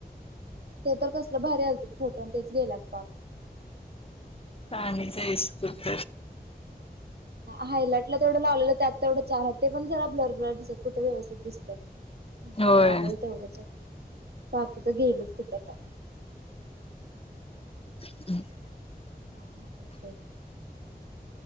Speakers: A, on the right (about 75°); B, on the left (about 35°).
A: ते तर कसलं भारी आलतत फोटो तेच गेलात पाप
B: पाणी जैस कुठ
A: हायलाइटला तेवढं लावलेलं त्यात तेवढं चार हात ते पण जरा ब्लर ब्लर दिसत कुठं व्यवस्थित दिसतात. इटाला
B: होय
A: लागल तेवढंच बाकी तर गेलच कुठ ता
B: <inaudible>
A: काम आवरते